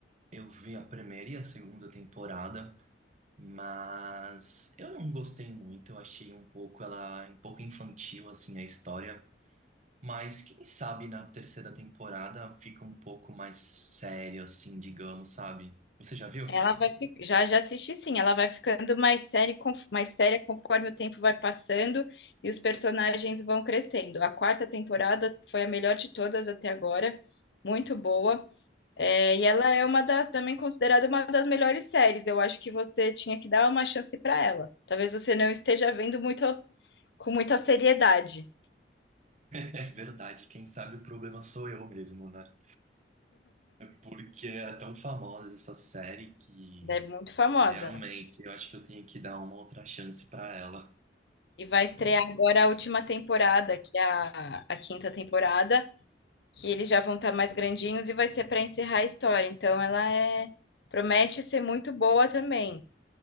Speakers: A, on the right (about 40°); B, on the left (about 70°).
A: Eu vi a primeira e a segunda temporada, mas eu não gostei muito. Eu achei um pouco ela um pouco infantil assim a história. Mas quem sabe na terceira temporada fica um pouco mais sério, assim, digamos, sabe? Você já viu?
B: Ela
A: <laughs>
B: vai fi- já já assisti sim, ela vai ficando mais séria conf- mais séria conforme o tempo vai passando e os personagens vão crescendo. A quarta temporada foi a melhor de todas até agora, muito boa. É, e ela é uma da, também considerada uma das melhores séries. Eu acho que você tinha que dar uma chance para ela. Talvez você não esteja vendo muito com muita seriedade.
A: É verdade, quem sabe o problema sou eu mesmo, né? É Porque é tão famosa essa série que
B: Ela É muito famosa.
A: realmente eu acho que eu tenho que dar uma outra chance pra ela.
B: E vai estrear agora a última temporada, que é a, a quinta temporada. que eles já vão estar mais grandinhos e vai ser para encerrar a história. Então ela é promete ser muito boa também.